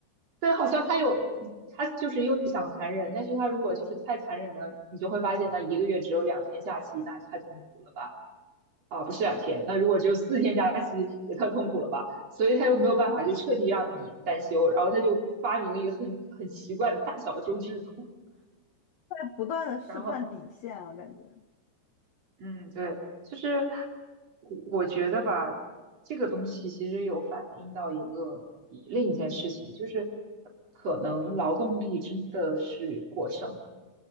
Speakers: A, on the right; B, on the left.
A: 对，好像他有，他就是又想残忍，但是他如果就是太残忍呢，你就会发现那一个月只有两天假期，那也太痛苦了吧？啊，不是两天，那如果只有四天假期，也太痛苦了吧？所以他又没有办法就彻底让你单休，然后他就发明了一个很很奇怪的大小周制度，
B: 在不断的试探底线啊，
A: 然后，
B: 感觉。
A: 嗯，对，就是我我觉得吧，这个东西其实有反映到一个另一件事情，就是可能劳动力真的是过剩。